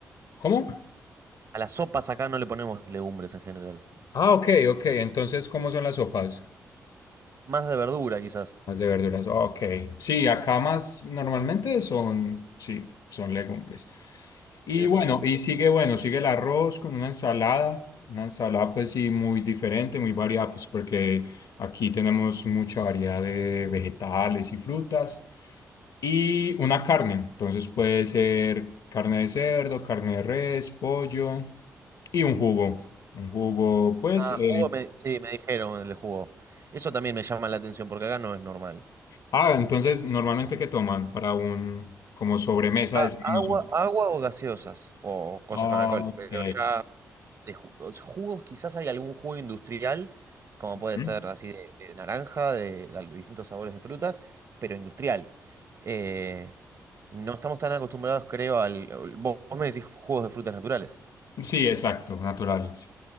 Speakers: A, on the left; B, on the right.
A: ¿cómo?
B: A las sopas acá no le ponemos legumbres en general.
A: Ah, ok, ok, entonces, ¿cómo son las sopas?
B: Más de verdura, quizás.
A: Más de verduras. Ok. Sí, acá más normalmente son, sí, son legumbres. Y
B: Interesante.
A: bueno, y sigue, bueno, sigue el arroz con una ensalada. Una ensalada, pues sí, muy diferente, muy variada, pues porque aquí tenemos mucha variedad de vegetales y frutas. Y una carne. Entonces puede ser carne de cerdo, carne de res, pollo y un jugo. Un jugo, pues.
B: Ah,
A: eh,
B: jugo, me, sí, me dijeron el jugo. Eso también me llama la atención, porque acá no es normal.
A: Ah, entonces, ¿normalmente qué toman para un, como sobremesa,
B: A-
A: decimos
B: agua,
A: nosotros?
B: agua o gaseosas, o cosas
A: Ok.
B: con alcohol, pero ya... de ju- o sea, jugos, quizás hay algún jugo industrial, como puede
A: ¿Mm?
B: ser así de, de naranja, de, de al- distintos sabores de frutas, pero industrial. Eh, no estamos tan acostumbrados, creo, al... al- Vos, vos me decís jugos de frutas naturales.
A: Sí, exacto, naturales.